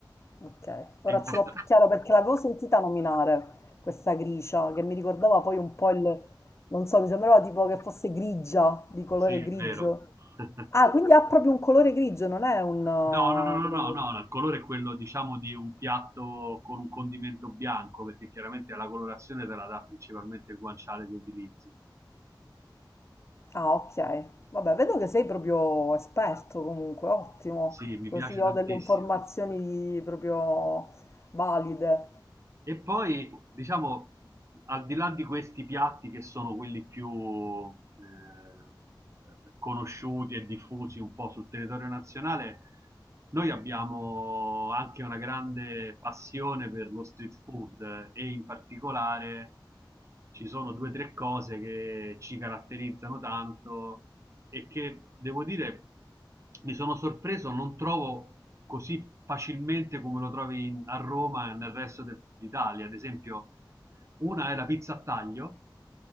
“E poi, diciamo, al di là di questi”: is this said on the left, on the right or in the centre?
Right